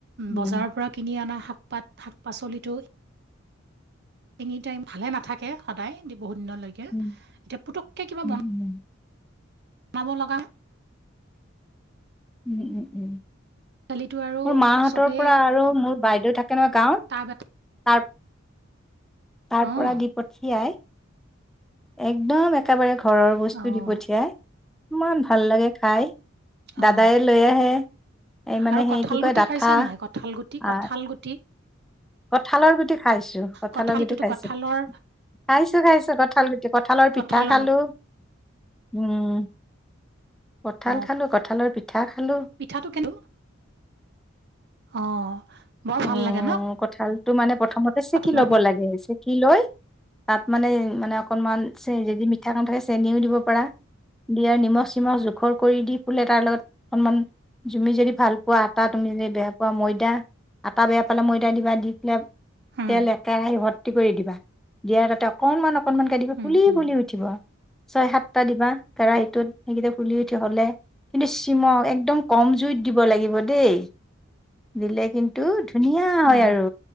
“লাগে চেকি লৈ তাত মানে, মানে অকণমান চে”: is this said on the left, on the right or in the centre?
Centre